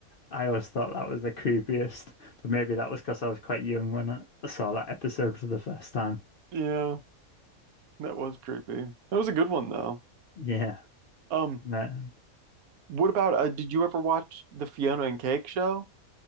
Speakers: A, on the left (about 55°); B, on the right (about 90°).
A: I always thought that was the creepiest, but maybe that was because I was quite young when I saw that episode for the first time.
B: Yeah. That was creepy. That was a good one though.
A: Yeah,
B: Um,
A: no,
B: what about uh, did you ever watch the Fiona and Cake show?